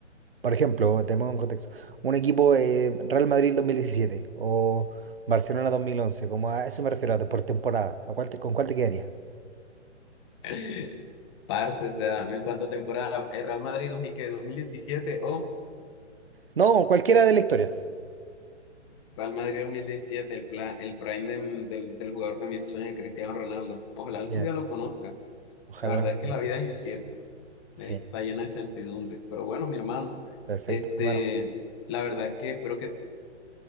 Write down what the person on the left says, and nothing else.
<laughs> Parce, o sea, en cuánta temporada, el Real Madrid 2000, ¿qué? 2017 o
Real Madrid 2017, el, pla- el prime de- del, del jugador de mis sueños, Cristiano Ronaldo. Ojalá algún
día lo conozca.
La verdad
es que
la vida es incierta,
eh, está llena de incertidumbres. Pero bueno, mi hermano,
este,
la verdad es que espero que